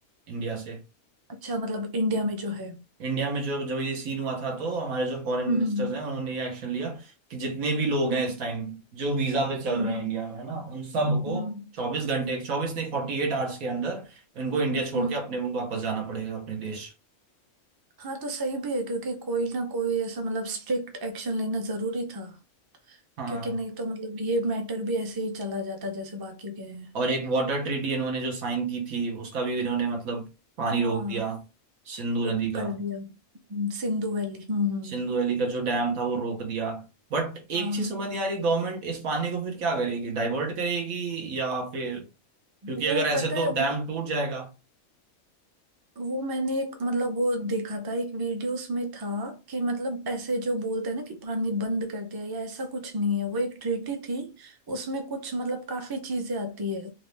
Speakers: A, on the right; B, on the right.
A: इंडिया से
B: अच्छा मतलब इंडिया में जो है
A: इंडिया में जो जब ये सीन हुआ था तो हमारे जो फॉरेन
B: हम्म
A: मिनिस्टर्स हैं उन्होंने ये एक्शन लिया कि जितने भी लोग
B: हम्म
A: हैं इस टाइम जो वीजा पे चल
B: हम्म
A: रहे
B: हम्म
A: हैं इंडिया में है ना उन सबको
B: हम्म हम्म,
A: चौबीस घंटे चौबीस नहीं फोर्टी एट आवर्स के अंदर इनको इंडिया छोड़
B: हम्म।
A: के अपने मुल्क वापस जाना पड़ेगा अपने देश
B: हाँ तो सही भी है क्योंकि कोई ना कोई ऐसा मतलब स्ट्रिक्ट एक्शन लेना जरूरी था
A: हाँ
B: क्योंकि नहीं तो मतलब ये मैटर भी ऐसे ही चला जाता जैसे बाकी गए हैं
A: और एक वाटर ट्रीटी इन्होंने जो साइन की थी उसका भी इन्होंने मतलब पानी
B: हाँ
A: रोक दिया सिंधु
B: वो
A: नदी का
B: कर दिया हम्म, सिंधु वैली हम्म हम्म
A: सिंधु वैली का जो डैम था वो रोक दिया बट एक
B: हाँ
A: चीज समझ नहीं आ रही गवर्नमेंट इस पानी को फिर क्या करेगी डाइवर्ट करेगी या फिर क्योंकि
B: वो
A: अगर ऐसे
B: पता है
A: तो डैम
B: वो
A: टूट जाएगा
B: वो मैंने एक मतलब वो देखा था एक वीडियोस में था कि मतलब ऐसे जो बोलते हैं ना कि पानी बंद कर दिया या ऐसा कुछ नहीं है वो एक ट्रीटी थी उसमें कुछ मतलब काफी चीजें आती है